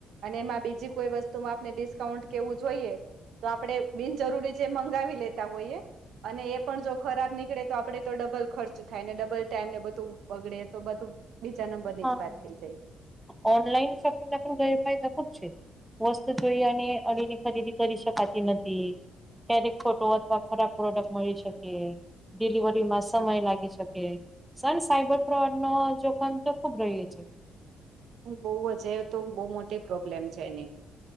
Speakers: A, on the right; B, in the centre.
A: અને એમાં બીજી કોઈ વસ્તુમાં આપને ડિસ્કાઉન્ટ કેવું જોઈએ તો આપડે બિનજરૂરી જે મંગાવી લેતા હોઈએ અને એ પણ જો ખરાબ નીકળે તો આપડે તો ડબલ ખર્ચ થાય ને ડબલ ટાઈમ ને બધ તું બગડે તો બધું બીજા નંબર
B: હા
A: ની જ વાત થઈ જાય.
B: ઓનલાઈન શોપિંગના પણ ના ગેરફાયદા ખૂબ છે. વસ જોઈ અને અળીની ખરીદી કરી શકાય. કે નથી ક્યારેક ખોટો અથવા ખરાબ પ્રોડક્ટ મળી શકે ડિલિવર તેમાં સમય
A: હા
B: લાગી શકે સન સાયબર ફ્રોડનો જોખમ તો ખુબ રહ્યો છે.
A: બઉુ હજે તો બઉુ મોટી પ્રોબ્લેમ છે એની.